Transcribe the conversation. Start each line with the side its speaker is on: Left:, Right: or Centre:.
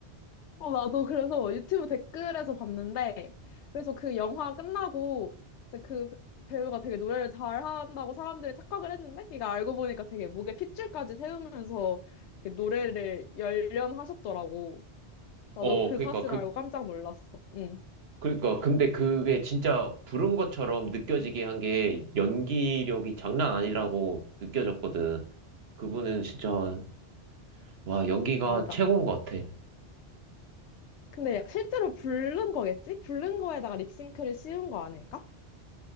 Left: 어, 나도 그래서 유튜브 댓글에서 봤는데, 그래서 그 영화 끝나고, 이제 그 배우가 되게 노래를 잘한다고 사람들이 착각을 했는데, 이거 알고 보니까 되게 목에 핏줄까지 세우면서 이렇게 노래를 열연하셨더라고. 나도
Right: 어,
Left: 그
Right: 그니까,
Left: 사실
Right: 그,
Left: 알고 깜짝 놀랐어. 응,
Right: 그니까, 근데 그게 진짜 부른 것처럼 느껴지게 한 게 연기력이 장난 아니라고 느껴졌거든. 그분은 진짜, 와, 연기가
Left: 맞아.
Right: 최고인 것 같아.
Left: 근데 약간 실제로 부른 거겠지? 부른 거에다가 립싱크를 씌운 거 아닐까?